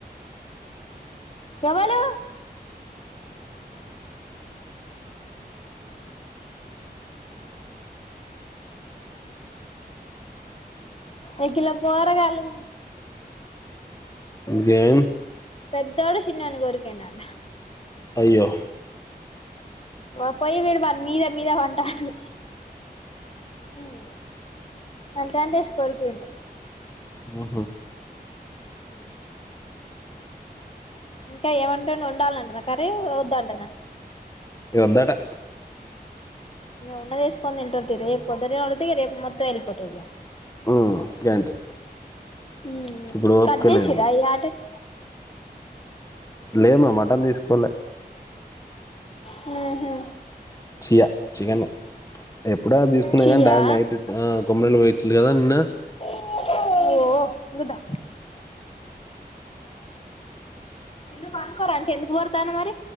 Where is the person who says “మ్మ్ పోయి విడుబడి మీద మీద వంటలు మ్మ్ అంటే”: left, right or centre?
Left